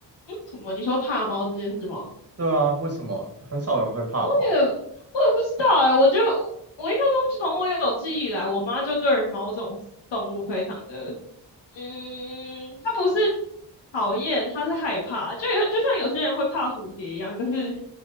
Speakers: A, on the left; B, on the right.
A: 什么？你说怕猫这件事吗？
B: 对啊，为什么很少人会怕猫
A: 我也我也不知道哎、我就我我印象中从我有记忆以来，我妈就对于某种动物非常的，嗯，她不是讨厌，她是害怕，就有就像有些人会怕蝴蝶一样，但是